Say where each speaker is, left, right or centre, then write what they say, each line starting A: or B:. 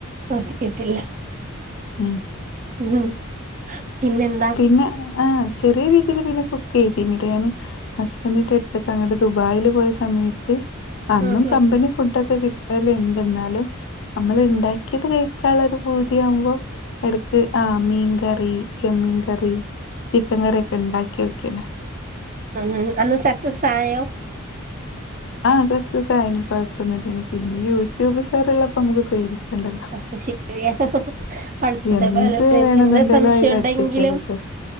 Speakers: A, on the right (about 40°); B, on the left (about 60°).
A: നോക്കീട്ടില്ല
B: ഇം
A: ഉംപിന്നെന്താ
B: പിന്നെആ്ഹ്ചെറിയരീതില് പിന്നെ കുക്കെയ്തിന്ന്ട്ടിഞാന് ലെ ഹസ്ബൻറിന്റെടുത്തൊക്കെങ്ങണ്ട് ദുബായിപോയസമയത്ത്അന്നും
A: ഉം ഉം
B: കമ്പനിഫുഡോക്കെകി ട്ടല്ണ്ട്ന്നാലുംനമ്മള്ണ്ടാക്കിയത് കഴിക്കാള്ളൊരുഭൂതിയാവുമ്പോ എടക്ക്ആഹ് മീൻകറിചെമ്മീകറി ചിക്കൻകറിഒക്കെണ്ടാക്കിയോക്കിണ്
A: ഉംഉംഅന്ന്സക്സസായോ
B: ആഹ്സക്സസായനികൊഴപ്പൊന്നുല്ലേന്പിന്നെയൂട്യൂബ്സാറ്ള്ളപ്പോമ്മക്ക്പേടിക്കാണ്ടല്ലോ
A: അത്ശെരിയാപണ്ടത്തെപ്പോലല്ലഇപ്പെന്ത്സംശയണ്ടെങ്കിലും അതെഎന്ത്സംശയണ്ടലും
B: എന്ത് വേണെന്നുണ്ടേലും അയില് അടിച്ചോക്കിയാ കിട്ടും